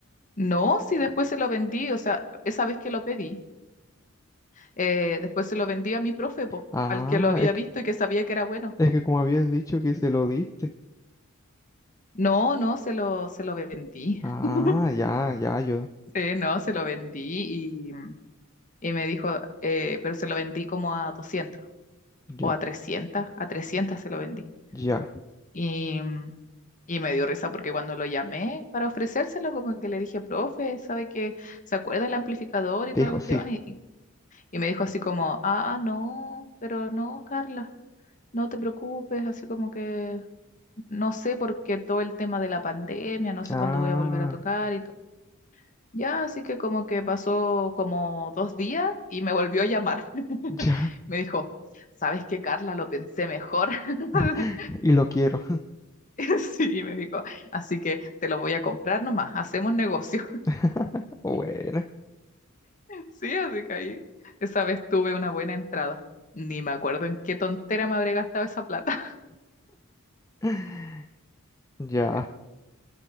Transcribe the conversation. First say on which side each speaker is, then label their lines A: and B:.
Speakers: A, on the left; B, on the left.
A: No, sí, después se lo vendí, o sea, esa vez que lo pedí, eh, después se lo vendí a mi profe, pues,
B: Ah,
A: al que lo había
B: es que,
A: visto y que sabía que era bueno.
B: es que como habías dicho que se lo diste.
A: No, no, se lo, se lo vendí.
B: Ah,
A: <laughs>
B: ya, ya, yo,
A: Sí, no, se lo vendí y, y me dijo, eh, pero se lo vendí como a 200 o
B: ya,
A: a 300, a 300 se lo vendí.
B: ya.
A: Y Y me dio risa porque cuando lo llamé para ofrecérselo, como que le dije, profe, ¿sabe que se acuerda el amplificador y
B: Te
A: toda
B: dijo
A: la cuestión?
B: sí.
A: Y, y- y me dijo así como, ah, no, pero no, Carla, no te preocupes, así como que no sé porque todo el tema de la pandemia, no sé
B: Ah,
A: cuándo voy a volver a tocar y todo. Ya, así que como que pasó como dos días y me volvió a llamar. <laughs>
B: ya.
A: Me dijo, ¿sabes qué, Carla? Lo pensé mejor. <laughs>
B: <laughs> Y lo quiero.
A: Sí, me dijo, así que te lo voy a comprar nomás, hacemos negocio.
B: <laughs> Bueno.
A: Sí, así que ahí esa vez tuve una buena entrada. Ni me acuerdo en qué tontera me habré gastado esa plata.
B: <laughs> Ya,
A: <laughs>